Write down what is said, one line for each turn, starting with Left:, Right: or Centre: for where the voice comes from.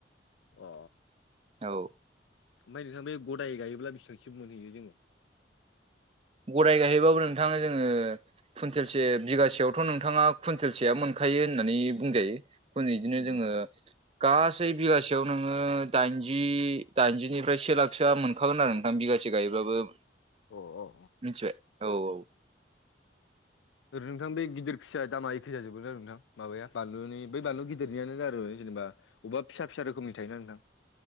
Left: अ।
Right: औ।
Left: ओमफ्राय नोंथां बे गदाय गायोब्ला बेसेबांसो मोनहैयो जोङो?
Right: गदाइ गायहैबाबो नोंथाङा जोङो कुवइन्टेलसे बिगासेयावथ' नों नोंथाङा कुइन्टेलसेया मोनखायो होननानै बुंजायो। बिदिनो
Left: अ
Right: जोङो गासै बिगासेयाव नोङो दाइनजि दाइनजिनिफ्राय से लाखसोआ मोनखागोन आरो नोंथां बिगासे गायोब्लाबो।
Left: अ अ।
Right: मिथिबाय औ औ।
Left: ओरैनो नोंथां बे गिदिर फिसा दामा एखे जाजोबो ना नोंथां माबाया बानलुनि बै बानलु गिदिरनियानो आरो जेनेबा अबा फिसा फिसा रोखोमनि थायोना नोंथां।